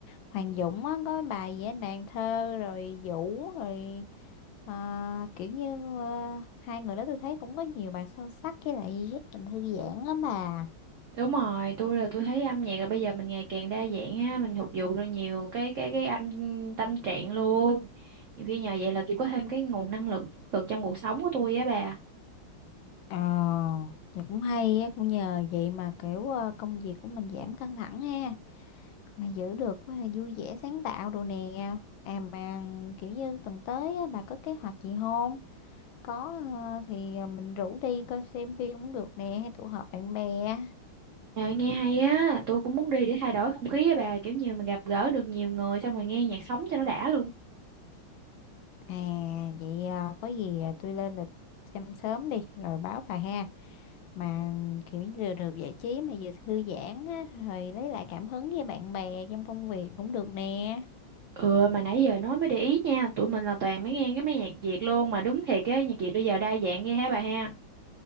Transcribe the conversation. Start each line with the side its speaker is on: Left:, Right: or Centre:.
Left: Hoàng Dũng á, có bài gì á, nàng thơ rồi Vũ rồi à, kiểu như à, hai người đó tôi thấy cũng có nhiều bài sâu sắc với lại giúp mình thư giãn á bà.
Right: Đúng rồi, tôi là tôi thấy âm nhạc là bây giờ mình ngày càng đa dạng á, mình phục vụ được nhiều cái cái cái âm tâm trạng luôn. Nhiều khi nhờ vậy là tôi có thêm cái nguồn năng lượng tích cực trong cuộc sống của tôi á bà.
Left: Ờ, thì cũng hay á, cũng nhờ vậy mà kiểu à, công việc của mình giảm căng thẳng ha. Mà giữ được à, vui vẻ sáng tạo đồ nè. À mà kiểu như tuần tới á, bà có kế hoạch gì không? có ờ, thì ờ, mình rủ đi coi xem phim cũng được nè hay tụ họp bạn bè
Right: À, nghe hay á, tôi cũng muốn đi để thay đổi không khí á bà, kiểu như mình gặp gỡ được nhiều người xong rồi nghe nhạc sống cho nó đã luôn.
Left: à vậy ờ, có gì ờ, tôi lên lịch xem sớm đi rồi báo bà ha mà kiểu như vừa được giải trí mà vừa thư giãn á rồi lấy lại cảm hứng với bạn bè trong công việc cũng được nè
Right: Ừ mà nãy giờ nói mới để ý nha Tụi mình là toàn mới nghe cái mấy nhạc Việt luôn Mà đúng thiệt á nhạc Việt bây giờ đa dạng ghê hả bà ha